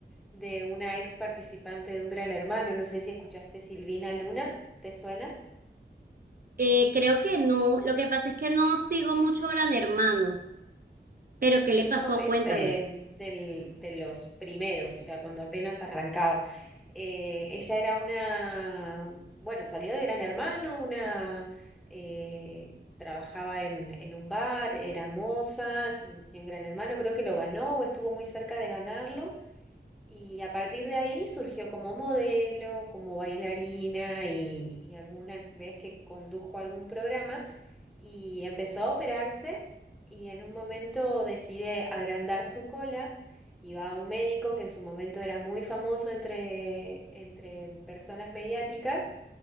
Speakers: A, in the centre; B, on the right.
A: de una ex participante de un Gran Hermano, no sé si escuchaste Silvina Luna, ¿te suena?
B: Eh, creo que no. Lo que pasa es que no sigo mucho Gran Hermano. Pero
A: Ujú.
B: ¿qué le pasó?
A: No, es
B: Cuéntame.
A: eh, del- de los primeros, o sea, cuando apenas arrancaba. Eh, ella era una, bueno, salió de Gran Hermano, una, eh, trabajaba en, en un bar, era moza, se metió en Gran Hermano, creo que lo ganó o estuvo muy cerca de ganarlo. Y a partir de ahí surgió como modelo, como bailarina y, y alguna vez que condujo algún programa y empezó a operarse y en un momento decide agrandar su cola y va a un médico que en su momento era muy famoso entre, entre personas mediáticas